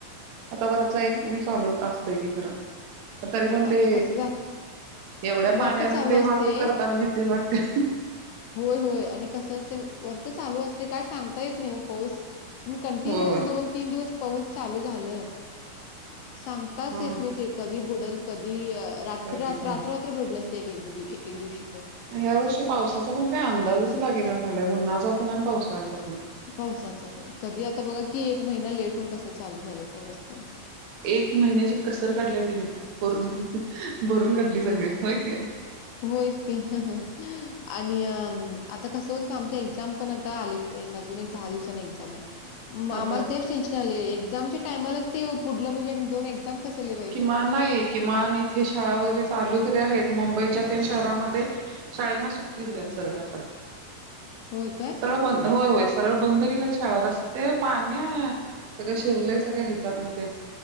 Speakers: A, on the right (about 70°); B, on the left (about 80°).
A: आता वरचा
B: हं,
A: एक पण चालू असतोय की खरं पण तरी
B: हो
A: पण ते
B: आता कसं झालं
A: तेवढ्या पाण्यात
B: वरतं चालू
A: न ते वाहतूक
B: असते
A: करताना भीतीच वाटते.
B: होय होय आणि कसंच ते वरच चालू अस ते काय सांगता येत नाही पाऊस तुम्ही कंटिन्यू
A: हो होय
B: दोन ते तीन दिवस पाऊस चालू झालं सांगताच
A: हा
B: येत नाही ते कधी बूड डल कधी अ रात्री
A: अगदी
B: रात
A: काय
B: रात्र रात्र भडलं असते एकदा एक एक दिवशी तर
A: या्या वर्षी पावसाचा पण काही अंदाजच लागेला न झालाय उन्हाचा पण आणि पावसाळ्याचा पण
B: पावसाच पण कधी आता बघा की एक महिना लेट होन कसं चालू झाले पाऊस पण.
A: एक महिन्याची कसर काढली त्याने. पूर्ण भरून काढली सगळी
B: हो, हो.
A: होय की.
B: होयच आणि म आता कस होत आमच्या एक्झाम पण आता आले. एक अजून एक दहा दिवसनी एक्झाम आहे. म आम्हाला
A: आभाळ
B: तेच टेन्शन आले आहे एक्झामच्या टामलाच ते पुढलं म म्हणे जाऊन एक्झाम कसले लीव
A: किमा ना, एक किमान इथे शाळा वगैरे चालू करे आहेत मुंबईच्या त्या शहरमध्ये शाळेनां सुट तीत
B: बंद.
A: त्यात सरळ आता
B: होय काय?
A: सरळ बंद होय होय सरळ बंद. गेले शाळा रस्ते पाणी सगळ शिरले सगळ ह्याच्यात ना ते